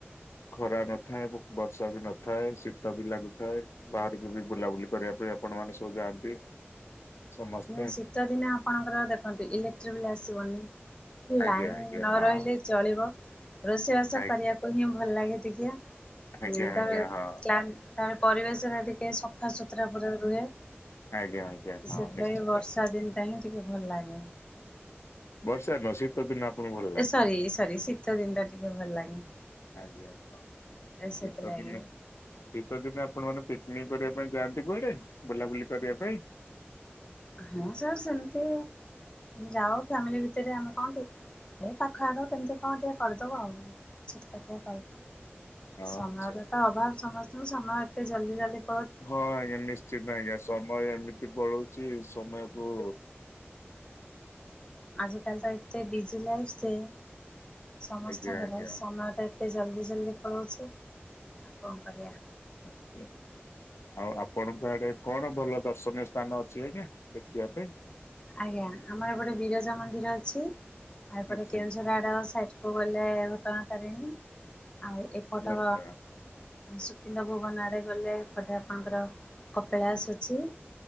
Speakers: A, on the left; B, on the left.
A: ଖରା ନଥାଏ ବ ବର୍ଷା ବି ନଥାଏ ଶୀତ ବି ଲାଗୁଥାଏ ବାହାରକୁ ବି ବୁଲାବୁଲି କରିବା ପାଇଁ ଆପଣମାନେ ସବୁ ଯାଆନ୍ତି। ସମସ୍ତେ
B: ଉଁ ଶୀତ ଦିନେ ଆପଣଙ୍କର ଦେଖନ୍ତୁ ଇଲେକ୍ଟ୍ରିବିଲ୍ ଆସିବନି।
A: ଆଜ୍ଞା
B: ଲାଇନ୍
A: ଆଜ୍ଞା
B: ନ
A: ହଁ
B: ରହିଲେ ଚଳିବ ରୋଷେଇ ବାସ
A: ଆ
B: କରିବାକୁ ହିଁ ଭଲ ଲାଗେ ଟିକେ। ହୁଁ
A: ଆଜ୍ଞା
B: ତାପରେ
A: ଆଜ୍ଞା ହଁ।
B: ପ୍ଲାଣ୍ଟ୍ ତାପରେ ପରିବେଶ ଟା ଟିକେ ସ ସଫା ସୁତୁରା ପୁରା ରୁହେ
A: ଆଜ୍ଞା ଆଜ୍ଞା ହଁ
B: ସେଥିଲାଗି
A: ନିଶ୍ଚିନ୍ତ
B: ବର୍ଷା ଦିନଟା ହିଁ ଟିକେ ଭଲ ଲାଗେ।
A: ବର୍ଷା ନୁହଁ ଶୀ ତ ଦିନ ଆପଣଙ୍କୁ ଭ
B: ସରି ସରି ଶୀତ ଦିନ ଟା ଟିକେ ଭଲ ଲାଗେ।
A: ଆଜ୍ଞା ହଁ
B: ସେଥିଲାଗି।
A: <unintelligible> ଶୀତ ଦିନେ ଆପଣ ମାନେ ପିକନିକ କରିବା ପାଇଁ ଯାଆନ୍ତି କୁଆଡେ? ବୁଲାବୁଲି କରିବା ପାଇଁ?
B: ହଁ ସାର୍ ସେମିତି ଯାଉ ଫ୍ୟାମିଲି ଭିତରେ ଆମର। ଏ ପାଖ ଆଖ କେମିତି କଣ ଟିକେ କରିଦେବ ଆଉ ଛୁଟକାଟିଆ କରିଦବ।
A: ହଁ
B: ସମୟର ତ ଅଭାବ ସମସ୍ତଙ୍କୁ ସମୟ ଏତେ ଜଲଦି ଜଲଦି
A: ହଁ ଆଜ୍ଞା ନିଶ୍ଚିତ ଆଜ୍ଞା ସମୟ ଏମିତି ପଳୁଛି ସମୟକୁ
B: ଆଜିକାଲି ତ ଏତେ ବିଜି ଲାଇଫ ଯେ ସମସ୍ତଙ୍କର
A: ଆଜ୍ଞା ଆଜ୍ଞା
B: ସମୟଟା ଏତେ ଜଲ୍ଦି ଜଲଦି ପଳାଉଛି ଆଉ କଣ କରିବା।
A: ଆଜ୍ଞା। ଆଉ ଆପଣଙ୍କ ଆଡେ କଣ ଭଲ ଦର୍ଶନୀୟ ସ୍ଥାନ ଅଛି ଆଜ୍ଞା ଦେଖିବା ପାଇଁ?
B: ଆଜ୍ଞା ଆମର ଏପଟେ ବିରଜା ମନ୍ଦିର ଅଛି ଆଉପଟେ
A: ଆଚ୍ଛା
B: କେଉଁଝର ଆଡ ସାଇଟ୍ କୁ ଗଲେ ଘଟଣା ତାରିଣୀ, ଆଉ ଏପଟ
A: ଘଟଗାଁ
B: ସୁକିନ୍ଦା ଭୁବନ ଆଡ଼େ ଗଲେ ଏପଟେ ଆପଣଙ୍କର କପିଳାସ ଅଛି।